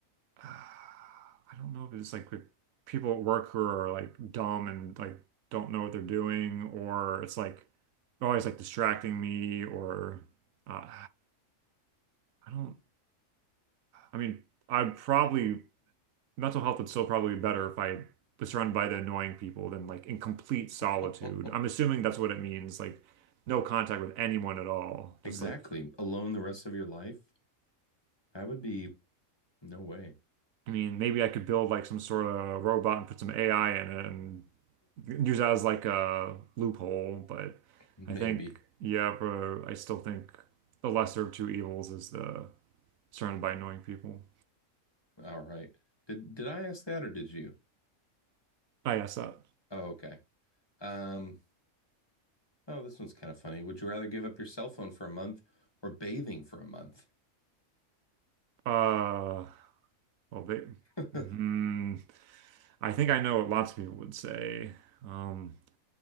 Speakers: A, on the right (about 85°); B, on the left (about 20°).
A: Uh, I don't know if it's like with people at work who are like dumb and like don't know what they're doing, or it's like always like distracting me, or uh, <sighs> I don't. I mean, I'd probably mental health would still probably be better if I was surrounded by the annoying people than like in complete solitude.
B: <laughs>
A: I'm assuming that's what it means, like no contact with anyone at all, just
B: Exactly.
A: like
B: Alone the rest of your life? That would be no way.
A: I mean, maybe I could build like some sort of robot and put some AI in it and use that as like a loophole. But
B: <laughs> Maybe.
A: I think, yeah, bro, I still think the lesser of two evils is the surrounded by annoying people.
B: All right. Did did I ask that or did you?
A: I guess that.
B: Oh, okay. Um, oh, this one's kind of funny. Would you rather give up your cell phone for a month or bathing for a month?
A: Uh, well, they,
B: <laughs>
A: hmm, I think I know what lots of people would say. Um,